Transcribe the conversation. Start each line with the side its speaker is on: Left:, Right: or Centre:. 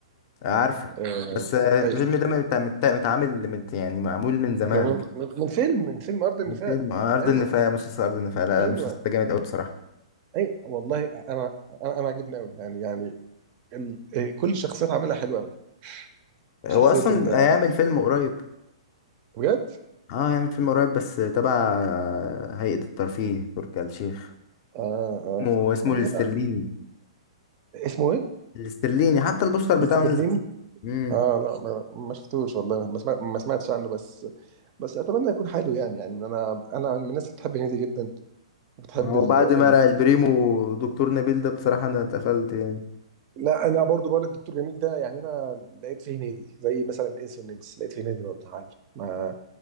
Left: آه، عارفه
Right: آه
Left: بس آه، الفيلم
Right: اي
Left: ده مت- مت- متعامل مت يعني معمول من زمان
Right: من من من فيلم من فيلم ارض النفاق
Left: فيلم آه، ارض
Right: ايوه
Left: النفاق مسلسل ارض النفاق لا
Right: ايوه
Left: لا، المسلسل ده جامد قوي بصراحه
Right: اي والله انا انا انا عجبني قوي يعني يعني ال... آه، كل الشخصيات عاملها حلوه قوي
Left: هو
Right: شخصيه
Left: اصلا
Right: ال
Left: هيعمل فيلم قريب
Right: بجد
Left: اه يعمل فيلم قريب بس تبع هيئة الترفيه تركي آل الشيخ
Right: اه اه
Left: اسمه اسمه
Right: يعني
Left: الاسترليني
Right: اسمه ايه؟
Left: الاسترليني حتى البوستر بتاعه
Right: مسترليني
Left: نزل امم
Right: اه لا ما ما شفتوش والله ما سمعت ما سمعتش عنه بس بس اتمنى يكون حلو يعني يعني انا انا من الناس اللي بتحب هنيدي جدا بتحب
Left: هو
Right: ال...
Left: بعد
Right: ال...
Left: ما رأى البريمو دكتور نبيل ده بصراحة انا اتقفلت يعني
Right: لا انا برضو بقول لك دكتور جميل ده يعني انا لقيت فيه هنيدي زي مثلا انس والنمس لقيت فيه هنيدي برضه عادي ما